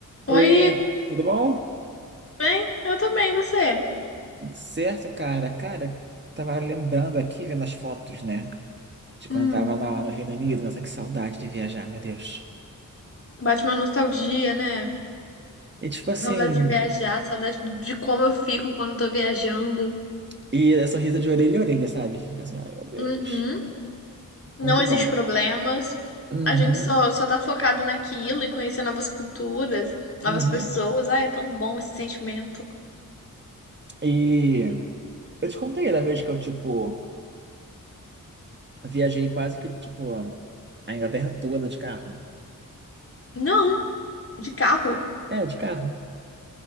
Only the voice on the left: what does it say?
Oi,
bem? Eu tô bem, e você?
Hum,
bate uma nostalgia, né?
Saudade de viajar, saudade do- de como eu fico quando eu tô viajando.
Uhum. Não
existe
problemas.
A gente só, só tá focado naquilo, em conhecer novas culturas, novas
pessoas. Ah, é tão bom esse sentimento.
Não, de carro.